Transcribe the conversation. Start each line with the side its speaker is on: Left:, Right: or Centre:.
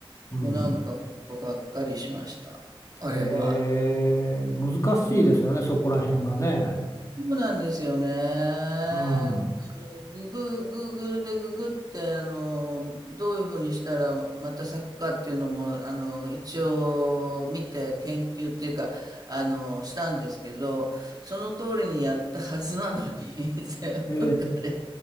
Left: うん。
Right: もうなんか本当がっかりしました。あれは。
Left: へえ、難しいですよね、そこら辺がね。
Right: そうなんですよね。あ
Left: うん。
Right: の、ググ、グーグルでググって、あの、どういうふうにしたらまた咲くかっていうのも、あの、一応見て研究っていうか、あの、したんですけど、その通りにやったはずなのに、<laughs> 全部枯れ
Left: え